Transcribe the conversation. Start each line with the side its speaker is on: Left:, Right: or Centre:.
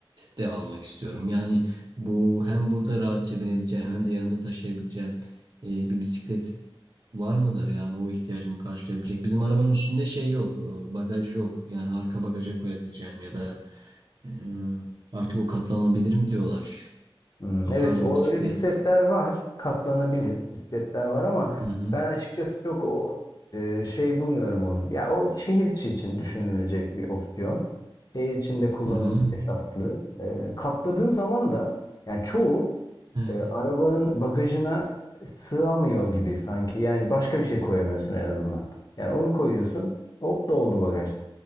Right: de almak istiyorum. Yani bu hem burada rahatça binebileceğim hem de yanımda taşıyabileceğim e, bir bisiklet var mıdır? Yani o ihtiyacımı karşılayabilecek. Bizim arabanın üstünde şey yok, e, bagaj yok. Yani arka bagaja koyabileceğim ya da e, artık o katlanabilirim diyorlar.
Left: Hmm,
Right: O
Left: evet
Right: tarz
Left: o
Right: bir bisiklet.
Left: öyle bisikletler var. Katlanabilir bisikletler var ama
Right: Hı hı.
Left: ben açıkçası çok o e, şey bulmuyorum onu. Ya o şehir içi için düşünülecek bir opsiyon. Şehir içinde kullanım
Right: Hı hı.
Left: esaslı. E, katladığın zaman da yani çoğu
Right: Evet.
Left: e, arabanın bagajına sığamıyor gibi sanki. Yani başka bir şey koyamıyorsun en azından. Yani onu koyuyorsun. Hop doldu bagaj.